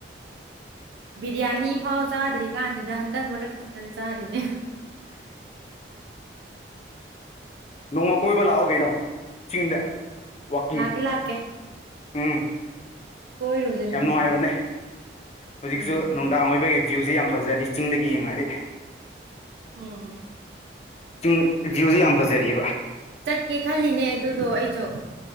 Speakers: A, on the right; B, on the left.
A: ꯕꯤꯔꯌꯥꯅꯤ ꯐꯥꯎ ꯆꯥꯗ꯭ꯔꯤ ꯀꯥꯟꯁꯤꯗ ꯍꯟꯗꯛ ꯃꯔꯛ ꯈꯛꯇꯅꯦ ꯆꯥꯔꯤꯁꯦ
B: ꯅꯣꯡꯃ ꯀꯣꯏꯕ ꯂꯥꯛꯑꯣ ꯀꯩꯅꯣ ꯆꯤꯡꯗ ꯋꯥꯀꯤꯡ
A: ꯂꯥꯛꯀꯦ ꯂꯥꯛꯀꯦ
B: ꯎꯝ
A: ꯀꯣꯏꯔꯨꯁꯦ
B: ꯌꯥꯝ
A: ꯅꯣꯡꯃ
B: ꯅꯨꯡꯉꯥꯏꯕꯅꯦ ꯍꯧꯖꯤꯛꯁꯨ
A: ꯎꯝ
B: ꯅꯨꯡꯗꯥꯡ ꯑꯣꯏꯕꯒꯤ ꯚ꯭ꯌꯨꯁꯦ ꯌꯥꯝ ꯐꯖꯔꯝ ꯆꯤꯡꯗꯒꯤ ꯌꯦꯡꯉꯛꯑꯗꯤ
A: ꯎꯝ
B: ꯆꯤꯡ ꯚ꯭ꯌꯨꯁꯦ ꯌꯥꯝ ꯐꯖꯔꯤꯌꯦꯕ
A: ꯆꯠꯀꯦ ꯈꯜꯂꯤꯅꯦ ꯑꯗꯨꯗꯣ ꯑꯩꯁꯨ